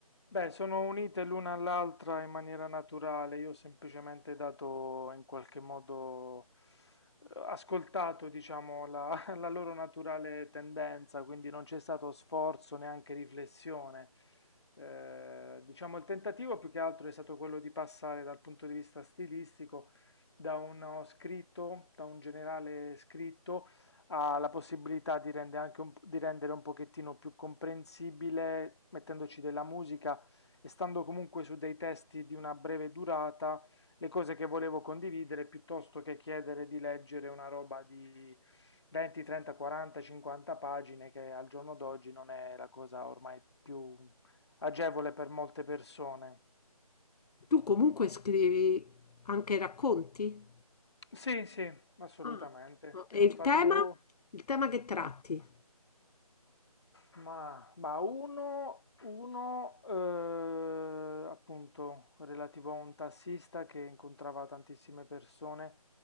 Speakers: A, on the left; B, on the left.
A: Beh, sono unite l'una all'altra in maniera naturale, io ho semplicemente dato in qualche modo, eh, ascoltato, diciamo, la, <laughs> la loro naturale tendenza, quindi non c'è stato sforzo, neanche riflessione. Eh, diciamo, il tentativo più che altro è stato quello di passare dal punto di vista stilistico da uno scritto, da un generale scritto, ha la possibilità di rende anche un- di rendere un pochettino più comprensibile, mettendoci della musica e Stando comunque su dei testi di una breve durata, le cose che volevo condividere piuttosto che chiedere di leggere una roba di 20, 30, 40, 50 pagine, che al giorno d'oggi non è la cosa ormai più agevole per molte persone.
B: tu comunque scrivi anche racconti?
A: Sì, sì, assolutamente.
B: Ah, no. e
A: Ne ho
B: il
A: fatto.
B: tema? Il tema che tratti?
A: Ma, ma uno, uno eh, appunto relativo a un tassista che incontrava tantissime persone,